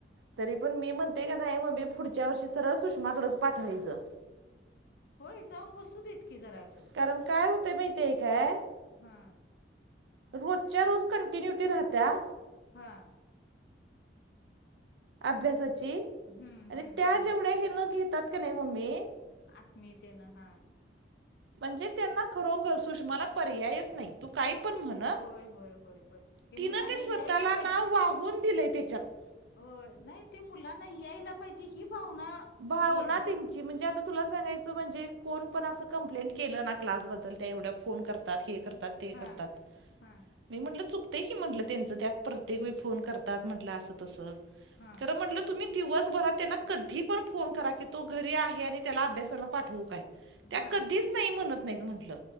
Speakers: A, on the right (about 80°); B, on the left (about 65°).
A: तरी पण मी म्हणते का नाही मग मी पुढच्या वर्षी सरळ सुषमाकडच पाठवायचं..
B: होय जाऊन बसू देत की जरा असं
A: कारण काय होतंय माहिती आहे काय
B: हा
A: रोजच्या रोज कंटिन्युटी राहत्या
B: हा..
A: अभ्यासाची
B: हम्म
A: आणि
B: हम्म
A: त्या
B: हम्म
A: जेवढ्या हे न घेतात का नाही मम्मी
B: आत्मीयतेन हा
A: म्हणजे त्यांना खरोखर सुषमाला पर्यायच नाही तू काही पण म्हण हं,
B: होय होय होय होय मुलांना
A: तिनं ते स्वतःला
B: यायला
A: ना वाहून दिलय त्याच्यात
B: हो नाही ते मुलांना यायला पाहिजे ही भावना
A: भावना
B: ही आहे
A: त्यांची जे म्हणजे आता तुला सांगायचं म्हणजे, कोण पण असं कंप्लेंट केलं ना क्लासबद्दल त्या एवढं फोन करतात, हे करतात, ते
B: हा
A: करतात.
B: हा
A: नाही म्हटलं चुकतय की म्हटलं त्यांच त्या, प्रत्येक व फोन करतात म्हटलं असं तसं.
B: हा
A: खरं म्हटल तुम्ही दिवसभरात त्यांना कधी कधी पण फोन करा की, तो घरी आहे. त्याला अभ्यासाला पाठवू काय त्या
B: हा
A: कधी च नाही म्हणत नाही त म्हटलं.